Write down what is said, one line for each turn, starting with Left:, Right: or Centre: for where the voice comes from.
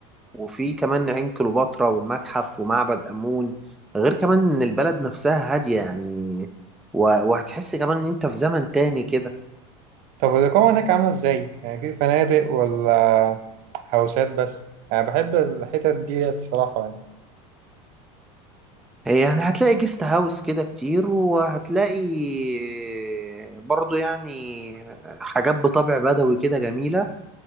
Centre: وفي كمان عين كليوباترا والمتحف ومعبد أمون غير كمان إن البلد نفسها هادية يعني و- وهتحس كمان إن أنت في زمن تاني كده
Right: طب الإقامة هناك عاملة إزاي؟ يعني في فنادق ولا هوسات بس؟ أنا بحب الحتت دي الصراحة يعني
Centre: آه، يعني هتلاقي جيست هاوس كده كتير وهتلاقي آه، برضو يعني آه، حاجات بطابع بدوي كده جميلة